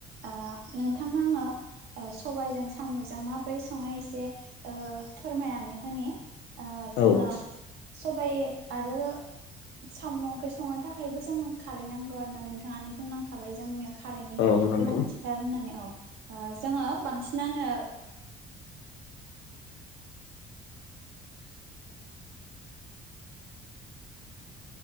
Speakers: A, on the right (about 75°); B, on the left (about 85°).
A: ओ नोंथांनो आङो ओ सबायजों साम'जों माबोरै सङो एसे ओ फोरमायनानै होनि ओ
B: औ
A: जोङो सबाइ आरो साम' ओंख्रि संनो थाखायबो जोंनो खारै नांगौ आरोना नोंथां नोंथाङानो बुंलांखाबाय जोंनियाव कारेन्टनि
B: औ नंगौ
A: गोनांथिथार होननानै औ ओ जोङो बांसिनानो